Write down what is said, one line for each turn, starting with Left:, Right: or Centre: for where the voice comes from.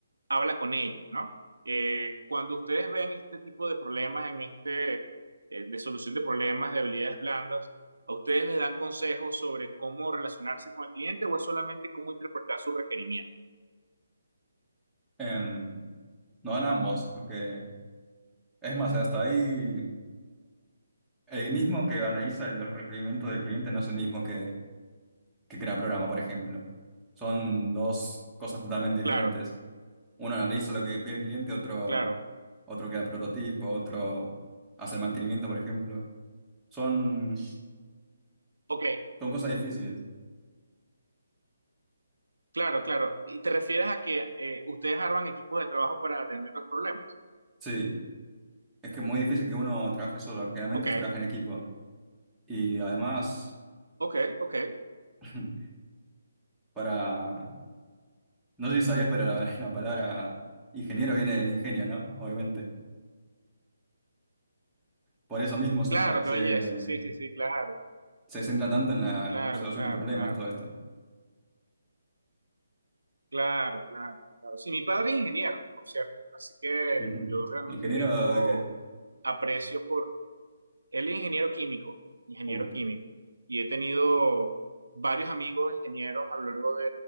Right: habla con ellos, ¿no? Eh, cuando ustedes ven este tipo de problemas en este, eh, de solución de problemas de habilidades blandas, ¿a ustedes les dan consejos sobre cómo relacionarse con el cliente o es solamente cómo interpretar su requerimiento?
Centre: Em, no van ambos, porque es más, hasta ahí el mismo que analiza los requerimientos del cliente no es el mismo que, que crea programa, por ejemplo. Son dos cosas totalmente diferentes.
Right: Claro,
Centre: Uno analiza lo que pide el cliente, otro,
Right: claro.
Centre: otro crea el prototipo, otro hace el mantenimiento, por ejemplo. Son,
Right: Ok,
Centre: son cosas difíciles.
Right: claro, claro. ¿Y te refieres a que eh, ustedes arman equipos de trabajo para atender los problemas?
Centre: Sí, es que es muy difícil que uno trabaje solo. Generalmente
Right: Ok,
Centre: se trabaja en equipo. Y además.
Right: ok, ok.
Centre: <laughs> para, no sé si sabías, pero la, <laughs> la palabra ingeniero viene del ingenio, ¿no? Obviamente. Por eso mismo se
Right: Claro,
Centre: trae, se,
Right: qué belleza. Sí, sí, sí, claro,
Centre: se centra tanto en la
Right: claro,
Centre: resolución
Right: claro,
Centre: de problemas,
Right: claro,
Centre: todo esto.
Right: claro, claro, claro. Sí, mi padre es ingeniero, por cierto. Así que
Centre: Ujú.
Right: yo realmente
Centre: ¿Ingeniero
Right: tengo
Centre: de qué?
Right: aprecio por... Él es ingeniero químico, ingeniero
Centre: Uh,
Right: químico, y he tenido varios amigos ingenieros a lo largo de,